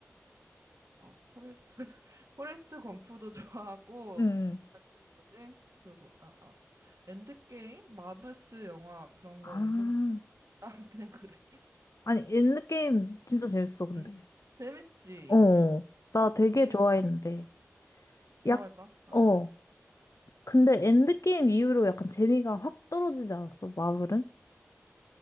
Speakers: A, on the right (about 80°); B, on the left (about 80°).
A: 어 포레스트 <laughs> 포레스트 검프도 좋아하고
B: 응.
A: 나 그 뭐지? 그 뭐, 아, 아. 엔드게임? 마블스 영화 그런
B: 아,
A: 거 인생 <laughs> 난 그냥 그래.
B: 아니, 엔드게임 진짜 재밌어, 근데.
A: 응. 재밌지?
B: 어.
A: <laughs>
B: 나 되게
A: 재밌지
B: 좋아했는데.
A: 않냐? 좋아해서?
B: 약,
A: 아.
B: 어. 근데 엔드게임 이후로 약간 재미가 확 떨어지지 않았어, 마블은?